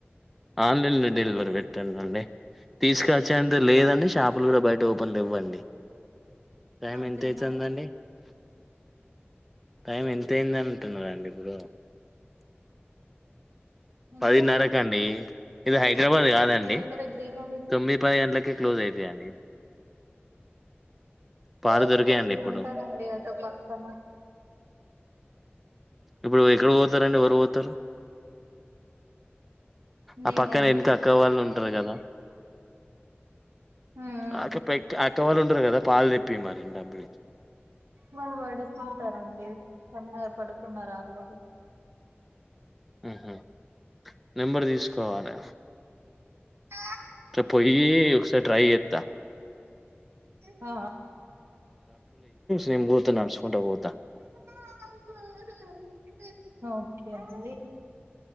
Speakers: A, in the centre; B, on the right.
A: ఆన్లైన్ లో డెలివరీ పెట్టల్ల అండి తీసుక చ్చేంత లేదండి
B: ఆ
A: షాపులు కూడా బయ ఓపెన్ లేవండి టైమ్
B: అంతేనా
A: ఎంత అవుతుందండి టైం ఎంత అయింది అంటున్నారండి ఇప్పుడు
B: ఇంకా
A: పదిన్నరకండి ఇది హైదరాబాద్
B: చెప్పండి
A: కాదండి
B: మీ దగ్గర గ్రీనరీ
A: తొమ్మిది పది గంటలకి క్లోజ్ అవుతాయండి పాలు
B: ఒక్కటి
A: దొరికాయండి ఇప్పుడు
B: ఉంటదండి అదో పక్కన
A: ఇప్పుడు ఎక్కడకి పోతారండి ఎవరు వోతారు
B: నేనే
A: ఆ పక్కన
B: అండి
A: ఎనకఅక్క వాళ్ళు ఉంటారు కదా
B: ఉమ్
A: ఆక పెక్ అ తొ. వాళ్ళు ఉంటారు కదా పాలు తెప్పి మరి డబ్లు ఇచ్చి
B: వాళ్ళు పడుకుంటారండి ఎన్న పడుకున్నారు ఆల్రెడీ
A: ఉహు నెంబర్ తీసుకోవాలి
B: ఆ
A: త పోయి ఒక సారి ట్రై చెత్తా
B: ఆ
A: నెను పోతానడుచకుంటా పోత
B: <inaudible> ఓకే అండి